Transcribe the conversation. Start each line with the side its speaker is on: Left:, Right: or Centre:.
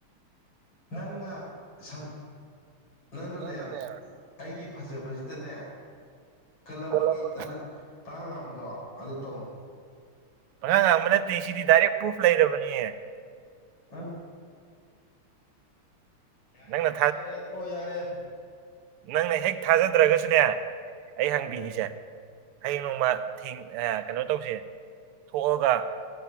Left: ꯅꯪꯅ ꯁꯟ ꯅꯪꯅꯅꯦ
Right: ꯁꯛꯇꯅꯅꯦ
Left: ꯑꯩꯒꯤ ꯐꯖꯕꯁꯤꯗꯅꯦ ꯀꯜꯂꯞꯄꯒꯤ
Right: ꯀꯜꯂꯝꯕꯒꯤ
Left: ꯅꯪꯅ ꯄꯪꯉꯥꯡ ꯉꯥꯡꯕꯗꯣ ꯑꯗꯨ ꯇꯧꯅꯨ
Right: ꯄꯉꯥꯡ ꯉꯥꯡꯕ ꯅꯠꯇꯦ ꯁꯤꯗꯤ ꯗꯥꯏꯔꯦꯛ ꯄ꯭ꯔꯨꯐ ꯂꯩꯔꯕꯅꯤꯌꯦ
Left: ꯑ ꯌꯥꯔꯦ
Right: ꯅꯪꯅ
Left: ꯏꯕꯨꯡꯉꯣ ꯌꯥꯔꯦ ꯀꯣ ꯌꯥꯔꯦ
Right: ꯅꯪꯅ ꯍꯦꯛ ꯊꯥꯖꯗ꯭ꯔꯒꯁꯨꯅꯦ ꯑꯩ ꯍꯪꯕꯤꯒꯦꯁꯦ
Left: ꯎꯝ
Right: ꯍꯌꯦꯡ ꯅꯣꯡꯃ ꯊꯦꯡ ꯀꯩꯅꯣ ꯇꯧꯁꯦ ꯊꯣꯛꯑꯒ